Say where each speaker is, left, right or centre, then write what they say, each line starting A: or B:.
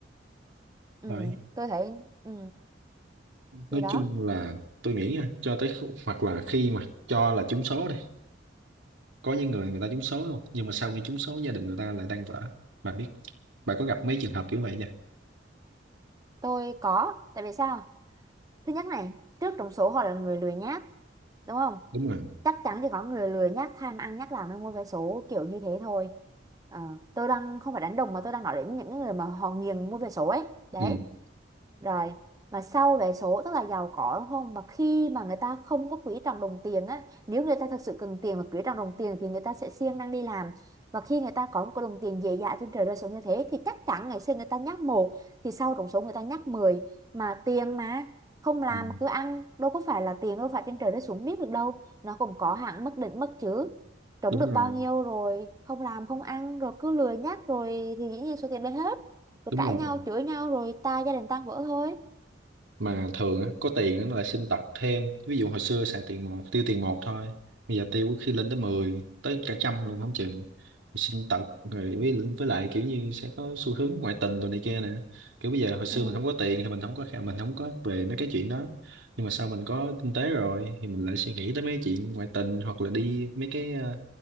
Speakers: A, on the right; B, on the right.
A: ừ
B: Đấy.
A: tôi thấy ừ
B: nói
A: thì đó
B: chung là tôi nghĩ nha, cho tới khu- hoặc là khi mà cho là trúng số có những người người ta trúng số luôn nhưng mà sau khi trúng số gia đình người ta lại tan vỡ bà biết bà có gặp mấy trường hợp kiểu vậy chưa
A: tôi có tại vì sao thứ nhất này trước trong số họ là người lười nhác đúng không
B: đúng rồi
A: chắc chắn thì có người lười nhác tham ăn nhác làm mới mua vé số kiểu như thế thôi Ờ, tôi đang không phải đánh đồng mà tôi đang nói đến những người mà họ nghiền mua vé số ấy đấy
B: ừ.
A: rồi mà sau vé số tức là giàu có đúng không mà khi mà người ta không có quý trọng đồng tiền á nếu người ta thật sự cần tiền và quý trọng đồng tiền thì người ta sẽ siêng năng đi làm và khi người ta có một cái đồng tiền dễ dãi trên trời rơi xuống như thế thì chắc chắn ngày xưa người ta nhắc một thì sau trúng số người ta nhắc mười mà tiền mà không làm
B: Ừ.
A: mà cứ ăn đâu có phải là tiền đâu phải trên trời rơi xuống biết được đâu nó cũng có hạn mức định mức chứ trúng
B: đúng
A: được
B: rồi
A: bao nhiêu rồi không làm không ăn rồi cứ lười nhắc rồi thì dĩ nhiên số tiền đấy hết rồi
B: đúng
A: cãi
B: rồi
A: nhau chửi nhau rồi ta gia đình tan vỡ thôi
B: mà thường á, có tiền nó lại xin tật thêm ví dụ hồi xưa xài tiền một tiêu tiền một thôi bây giờ tiêu có khi lên tới 10 tới cả trăm luôn không chừng Rồi xin tật rồi với, với lại kiểu như sẽ có xu hướng ngoại tình rồi này kia nè kiểu bây giờ hồi xưa
A: ừ
B: mình không có tiền thì mình không có khả- mình không có về mấy cái chuyện đó nhưng mà sau mình có kinh tế rồi thì mình lại suy nghĩ tới mấy chuyện ngoại tình hoặc là đi mấy cái ờ,